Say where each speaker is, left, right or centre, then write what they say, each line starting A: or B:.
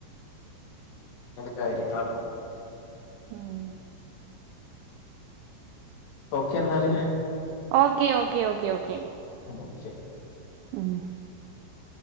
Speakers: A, on the left (about 55°); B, on the right (about 85°).
A: കാര്യങ്ങൾ
B: ഉം
A: ഓക്കെ എന്നാല്
B: okay okay okay okay
A: okay
B: ഉം